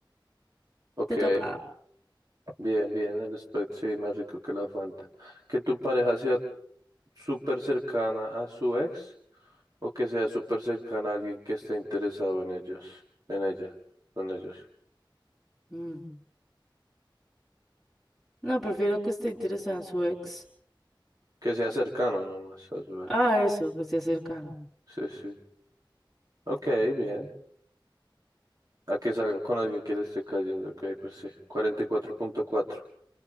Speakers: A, on the right (about 45°); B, in the centre.
A: Ok,
B: Te toca.
A: bien, bien, el Sprite sí, más rico que la Fanta. Que tu pareja sea súper cercana a su ex o que sea súper cercana a alguien que esté interesado en ellos, en ella, con ellos.
B: Mm. No, prefiero que esté interesada en su ex.
A: Que sea cercano nomás. a su ex.
B: Ah, eso, que esté cercano.
A: Sí, sí. Ok, bien. A que salga con alguien que le esté cayendo. Ok, pues sí. 44.4.